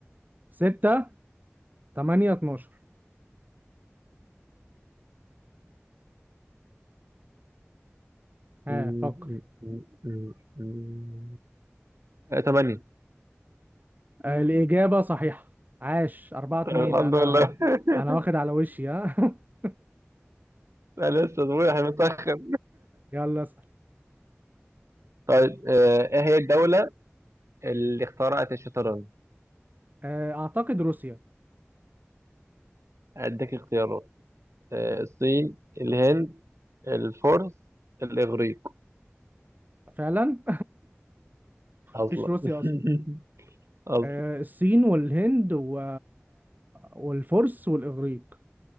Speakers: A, on the right; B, on the right.
A: 6 8 12 ها
B: م-
A: فكر
B: م- م- م- م- آه، تمانية
A: آه، الإجابة صحيحة عاش أربعة اتنين
B: طيب الحمد
A: أنا
B: لله <laughs>
A: أنا واخد على وشي ها <laughs>
B: أنا لسه صبحي متأخر
A: يلا اسأل
B: طيب آه، إيه هي الدولة اللي اخترعت الشطرنج؟
A: آه، أعتقد روسيا
B: أديك اختيارات آه، الصين الهند الفرس الإغريق
A: فعلا <laughs>
B: أصلا
A: مفيش روسيا
B: <laughs>
A: أصلا
B: أصلا
A: آه، الصين والهند و... والفرس والإغريق